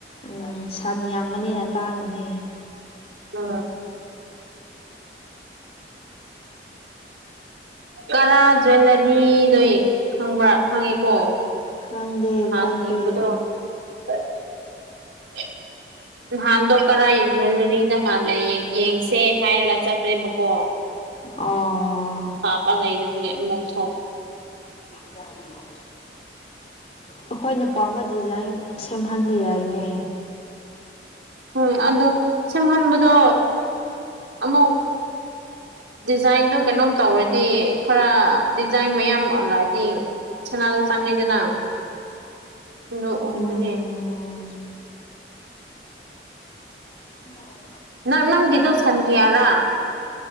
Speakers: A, on the left; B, on the right.
A: ꯎꯝ ꯁꯟ ꯌꯥꯝꯕꯅꯤꯅ ꯇꯥꯡꯉꯅꯤ
B: ꯑꯥ ꯀꯔꯥ ꯖ꯭ꯋꯦꯂꯔꯤꯗꯣ ꯈꯪꯕ꯭ꯔꯥ ꯈꯪꯉꯤꯀꯣ
A: ꯈꯪꯗꯦ
B: ꯅꯍꯥꯟ
A: ꯈꯪꯗꯦ
B: ꯌꯦꯡꯕꯗꯣ <unintelligible> ꯅꯍꯥꯟꯗꯣ ꯀꯥꯔꯥ ꯖ꯭ꯋꯦꯂꯔꯤꯗ ꯍꯥꯟꯅ ꯌꯦꯡꯁꯦ ꯍꯥꯏꯔꯒ ꯆꯠꯄꯅꯦꯕꯀꯣ
A: ꯑꯣ
B: ꯍꯥꯥ ꯄ ꯂꯩꯗꯒꯦ ꯃ ꯁ
A: ꯆꯒ ꯂꯣ ꯑꯩꯈꯣꯏꯅ ꯄꯥꯝꯕ ꯗꯤꯖꯥꯏꯟ ꯁꯦꯝꯍꯟꯕ ꯌꯥꯏꯅꯦ
B: ꯍꯣꯏ ꯑꯗꯣ ꯁꯦꯝꯍꯟꯕꯗꯣ ꯑꯃꯨꯛ ꯗꯤꯖꯥꯏꯟꯗꯣ ꯀꯩꯅꯣꯝ ꯇꯧꯔꯗꯤ ꯈꯔ ꯗꯤꯖꯥꯏꯟ ꯃꯌꯥꯝ ꯑꯣꯂꯥꯛꯑꯗꯤ ꯁꯅꯥꯗꯣ ꯆꯪꯉꯤꯗꯅ ꯅꯣꯛꯑꯣꯏꯕꯖꯦ
A: ꯎꯝ ꯎ
B: ꯅꯪ ꯅꯪꯒꯤꯗꯣ ꯁꯟ ꯀꯌꯥꯔꯥ